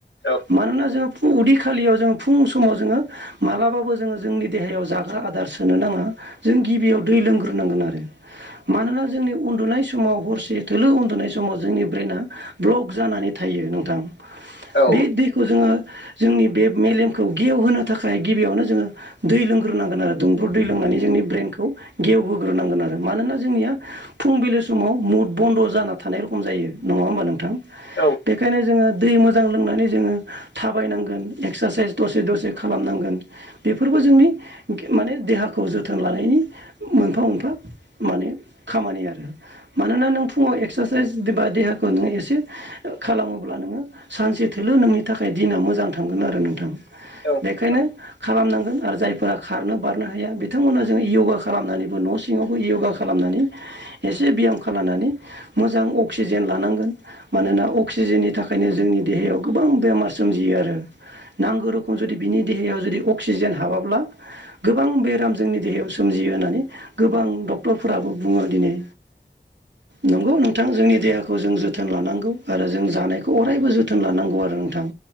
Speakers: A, on the left; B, on the right.
A: औ
B: मानोना जोङो उदै खालियाव जों फुं समाव जोङो मालाबाबो जोङो जोंनि देहायाव जाग्रा आदार सोनो नाङा जों गिबियाव दै लोंग्रोनांगोन आरो मानोना जोंनि उन्दुनाय समाव हरसे थोलो उन्दुनाय समाव जोंनि ब्रेना ब्लक जानानै थायो नोंथां
A: औ
B: बे दैखौ जोङो जोंनि बे मेलेमखौ गेवहोनो थाखाय गिबियावनो जोङो दै लोंग्रोनांगोन आरो दुंब्रु दै लोंनानै जोंनि ब्रेनखौ गेवहोग्रोनांगोन आरो मानोना जोंनिया फुंबिलि समाव मुद बन्द' जाना थानाय रखम जायो नङा होमबा नोंथां।
A: औ
B: बेखायनो जोङो दै मोजां लोंनानै जोङो थाबायनांगोन एक्सारसाइस दसे दसे खालामनांगोन। बेफोरबो जोंनि माने देहाखौ जोथोन लानायनि मोनफा मोनफा माने खामानि आरो मानोना नों फुङाव एक्सारसाइस बा देहाखौ नोङो एसे ओ खालामोब्ला नोङो सानसे थोलोलो नोंनि थाखाय दिना मोजां थांगोन आरो नोंथां।
A: नोंथां
B: बेखायनो खालामनांगोन आरो जायफोरा खारनो बारनो हाया बिथांमोना जोङो य'गा खालामनानैबो न' सिङाव यगा खालामनानै एसे बयाम खालामनानै मोजां अक्सिजेन लानांगोन। मानोना अक्सिजेननि थाखायनो जोंनि देहायाव गोबां बेमार सोमजियो आरो नांगौ रोखोम जुदि बिनि देहायाव जुदि अक्सिजेन हाबाब्ला गोबां बेराम जोंनि देहायाव सोमजियो होननानै गोबां डक्टरफोराबो बुङो दिनै
A: <inaudible>
B: नंगौ नोंथां जोंनि देहाखौ जों जोथोन लानांगौ आरो जों जानायखौ अरायबो जोथोन लानांगौ आरो नोंथां।